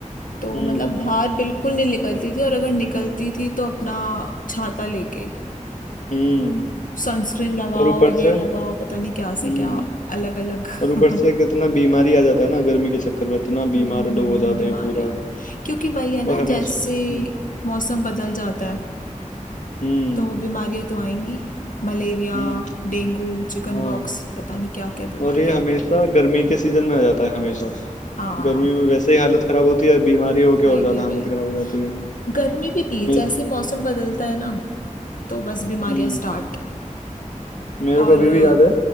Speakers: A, on the left; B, on the left.
A: तो
B: हम्म
A: मतलब बाहर बिल्कुल नहीं निकलती थी और अगर निकलती थी तो अपना छाता लेके
B: हम्म
A: सनस्क्रीन लगाओ
B: और ऊपर
A: ये
B: से
A: लगाओ पता नहीं क्या से
B: हम्म
A: क्या अलग अलग
B: और ऊपर से
A: <laughs>
B: कितना बीमारी आ जाता है ना गर्मी के चक्कर में इतना
A: हम्म
B: बीमार लोग हो जाते
A: बीमारियां
B: हैं पूरा
A: क्योंकि वही है ना
B: और हमेशा
A: जैसे
B: हम्म
A: मौसम बदल जाता है
B: हम्म
A: तो बीमारियां तो आएंगी मलेरिया
B: हम्म
A: डेंगू चिकन
B: हाँ
A: बॉक्स पता नहीं क्या क्या बीमारियां
B: और ये हमेशा गर्मी के सीजन में आ जाता है हमेशा
A: हाँ
B: गर्मी में वैसे ही हालत खराब होती है बीमारी होके
A: वही
B: और ज्यादा
A: वही
B: हालत
A: वही
B: खराब हो जाती है
A: गर्मी भी थी
B: मे,
A: जैसे मौसम बदलता है ना तो बस बीमारियां
B: हम्म
A: स्टार्ट
B: मेरे
A: और
B: को अभी
A: अ,
B: भी याद है